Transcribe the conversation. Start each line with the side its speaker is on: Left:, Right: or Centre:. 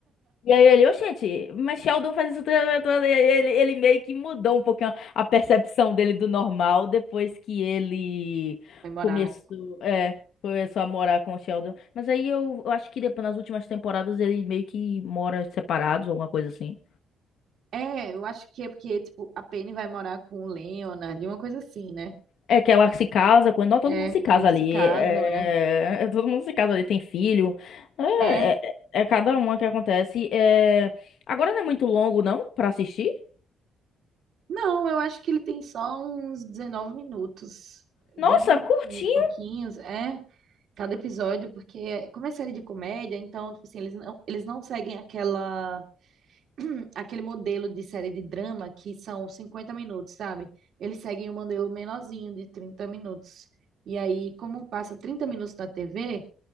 Left: E aí ele, ô gente, mas Sheldon faz isso toda, toda. E aí ele, ele meio que mudou um pouquinho a percepção dele do normal depois que ele
Right: Vai morar
Left: começou, é, começou a morar com o Sheldon. Mas aí eu, eu acho que depois, nas últimas temporadas ele meio que mora separados, alguma coisa assim.
Right: É, eu acho que é porque, tipo, a Penny vai morar com o Leonard, uma coisa assim, né?
Left: É que ela se casa, com- não, todo
Right: É,
Left: mundo se casa
Right: eles
Left: ali.
Right: se casam,
Left: é,
Right: né?
Left: é, todo mundo se casa ali, tem filho. É,
Right: É.
Left: é- é cada uma que acontece. é. agora não é muito longo, não, pra assistir?
Right: Não, eu acho que ele tem só uns 19 minutos,
Left: Nossa,
Right: 20
Left: curtinho.
Right: e pouquinhos, é, cada episódio, porque como é série de comédia, então, tipo assim, eles não, eles não seguem aquela, aquele modelo de série de drama que são 50 minutos, sabe? Eles seguem um modelo menorzinho de 30 minutos. E aí, como passa 30 minutos na TV,